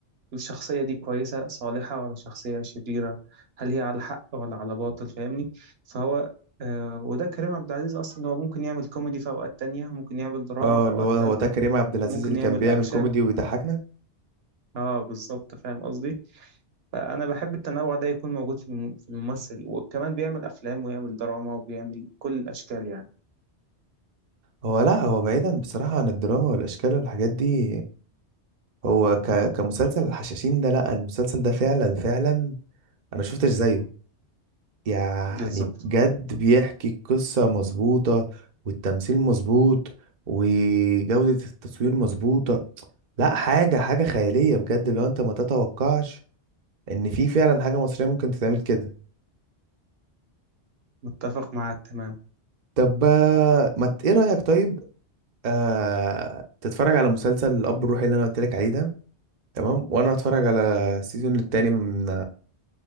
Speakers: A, on the right; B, on the right.
A: الشخصية دي كويسة صالحة ولا شخصية شريرة هل هي على حق ولا على باطل فاهمني فهو آه وده كريم عبد العزيز أصلا هو ممكن يعمل كوميدي في أوقات تانية ممكن يعمل دراما
B: اه
A: في أوقات
B: اللي هو هو
A: تالتة
B: ده كريم عبد العزيز
A: ممكن
B: اللي
A: يعمل
B: كان بيعمل
A: أكشن
B: كوميدي وبيضحكنا
A: اه بالظبط فاهم قصدي فأنا بحب التنوع ده يكون موجود في الم- في الممثل وكمان بيعمل أفلام ويعمل دراما وبيعمل كل الأشكال يعني
B: هو لا هو بعيدا بصراحة عن الدراما والأشكال والحاجات دي هو ك... كمسلسل الحشاشين ده لا المسلسل ده فعلا فعلا أنا شفتش زيه يعني
A: بالظبط
B: بجد بيحكي القصة مظبوطة والتمثيل مظبوط وجودة التصوير مظبوطة لا حاجة حاجة خيالية بجد لو أنت ما تتوقعش إن في فعلا حاجة مصرية ممكن تتعمل كده
A: متفق معاك تمام
B: طب آه، ما ت- إيه رأيك طيب آه... تتفرج على مسلسل الأب الروحي اللي أنا قلت لك عليه ده تمام وانا هتفرج على السيزون التاني من